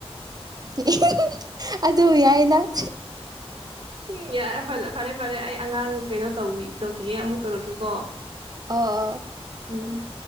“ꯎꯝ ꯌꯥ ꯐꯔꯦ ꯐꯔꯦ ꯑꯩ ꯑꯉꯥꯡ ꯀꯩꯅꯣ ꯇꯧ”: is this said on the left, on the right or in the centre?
Right